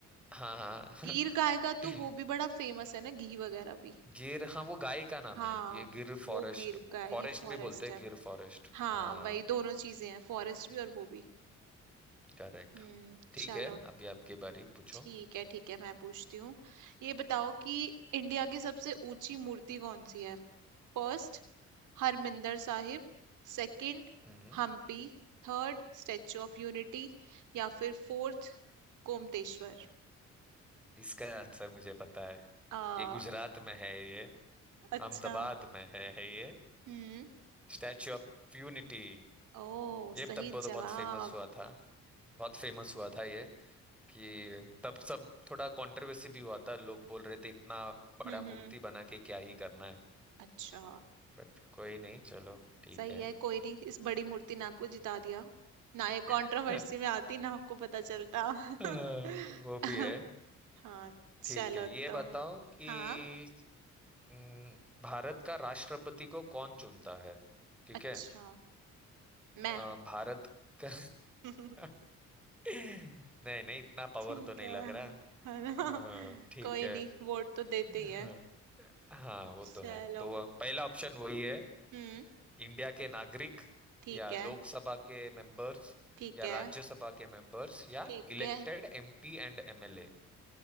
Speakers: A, in the centre; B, on the right.
A: हाँ हाँ
B: गीर
A: <laughs>
B: गाय का तो वो भी बड़ा फेमस है ना घी वगैरह भी
A: गिर हाँ वो गाय का नाम
B: हाँ
A: है ये गिर फॉरेस्ट
B: वो गीर का है
A: फॉरेस्ट
B: ये फॉरेस्ट
A: भी बोलते हैं
B: है
A: गिर फॉरेस्ट
B: हाँ
A: हाँ
B: वही दोनों चीजें हैं फॉरेस्ट भी और वो भी
A: करेक्ट
B: हम्म
A: ठीक
B: चलो
A: है अभी आपकी बारी पूछो
B: ठीक है ठीक है मैं पूछती हूँ ये बताओ कि इंडिया की सबसे ऊंची मूर्ति कौन सी है First Harmandir Sahib Second
A: हम्म
B: Hampi Third statue of unity या फिर फोर्थ गोमतेश्वर
A: इसका आंसर मुझे पता है
B: आ,
A: ये गुजरात में है ये अहमदाबाद
B: अच्छा
A: में है है ये
B: हम्म
A: Statue of Unity
B: ओ
A: ये
B: सही
A: तब बहुत
B: जवाब
A: बहुत फेमस हुआ था बहुत फेमस हुआ था ये कि तब सब थोड़ा कंट्रोवर्सी भी हुआ था लोग बोल रहे थे इतना बड़ा
B: हम्म
A: मूर्ति
B: हम्म
A: बना के क्या ही करना है
B: अच्छा
A: बट कोई नहीं चलो ठीक
B: सही
A: है
B: है कोई नहीं इस बड़ी मूर्ति ने आपको जिता दिया ना ये कंट्रोवर्सी
A: <laughs>
B: में आती ना आपको पता चलता
A: अ,
B: <laughs>
A: वो भी है
B: हाँ चलो
A: ठीक है ये
B: तो
A: बताओ कि
B: हाँ
A: हम्म, भारत का राष्ट्रपति को कौन चुनता है ठीक
B: अच्छा
A: है
B: मैं
A: अ, भारत का
B: <laughs>
A: <laughs> नहीं नहीं इतना पावर
B: ठीक
A: तो नहीं
B: है
A: लग
B: है
A: रहा
B: ना
A: अ, ठीक
B: कोई
A: है
B: नहीं वोट तो देते ही
A: हाँ
B: है
A: हाँ, वो तो
B: चलो
A: है तो पहला ऑप्शन वही है
B: हम्म
A: इंडिया के नागरिक
B: ठीक
A: या
B: है
A: लोकसभा के मेंबर्स
B: ठीक
A: या
B: है
A: राज्यसभा के मेंबर्स या
B: ठीक
A: इलेक्टेड
B: है
A: एमपी एंड एमएलए